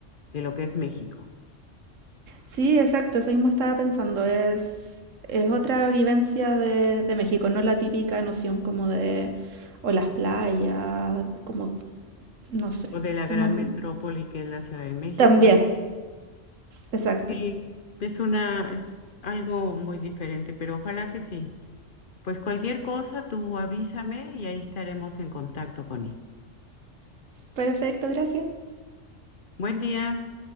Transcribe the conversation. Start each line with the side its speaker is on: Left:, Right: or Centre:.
Left: de lo que es México
Right: Sí, exacto, eso mismo estaba pensando. Es, es otra vivencia de, de México, no la típica noción como de, o las playas, como, no sé,
Left: o de la gran
Right: como
Left: metrópoli que es la Ciudad de México.
Right: también,
Left: ¿no?
Right: exacto.
Left: Sí, es una, es algo muy diferente, pero ojalá que sí. Pues cualquier cosa, tú avísame y ahí estaremos en contacto, con él.
Right: Perfecto, gracias.
Left: Buen día.